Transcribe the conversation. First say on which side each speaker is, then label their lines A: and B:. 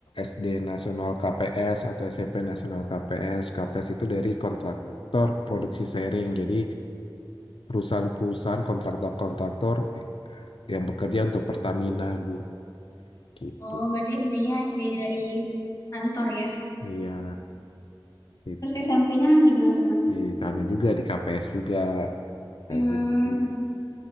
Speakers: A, on the left; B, on the left.
A: SD Nasional KPS atau SMP Nasional KPS KPS itu dari kontraktor produksi sharing jadi perusahaan-perusahaan kontraktor-kontraktor yang bekerja untuk Pertamina Bu gitu
B: Oh berarti SD-nya SD dari kantor ya.
A: iya itu
B: Terus SMP-nya gimana tuh Mas?
A: di sana juga di KPS juga kayak
B: Hmm.
A: gitu